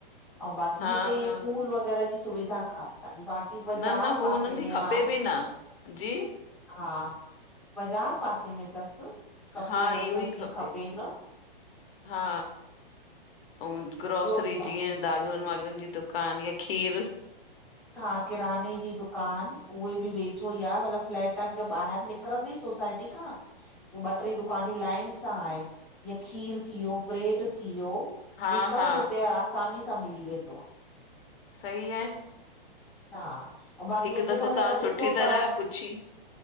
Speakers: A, in the centre; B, on the left (about 70°).
A: अऊ बाक़ी
B: हा,
A: हिते
B: हा,
A: पूल वग़ैरह जी सुविधा कान तन बाक़ी बाज़ार
B: न, न हू
A: पासे
B: हुननि
A: में
B: खे
A: आ।
B: खपे बि न जी
A: हा बाज़ार पासे में तस कपड़ो
B: हा, इहो
A: लटो
B: ई
A: जीअं
B: खपे।
A: खपेन।
B: हा अउ ग्रोसरी
A: उहो बि पासे
B: जीअं
A: में
B: दालुन वालुन जी दू कान आ खीर।
A: हा किराने जी दुकान उहे बि वेझो ई आ मतलब फ्लैटन खे ॿाहिर निक निकरंदे सोसाइटी खां
B: <inaudible>
A: उ ॿट्रे दुकानियूं लाइन सां आहीन जीअं खीर थी वियो ब्रेड थी वियो।
B: हा
A: इहे सब
B: हा
A: हुते आसानी सां मिली वेंदो आ।
B: सही आहे
A: हा ऐं बाक़ी
B: हिकु
A: अॼुकल्ह
B: दफ़ो तां
A: त
B: सुठी
A: ॾिसो
B: तरह
A: था
B: पुछी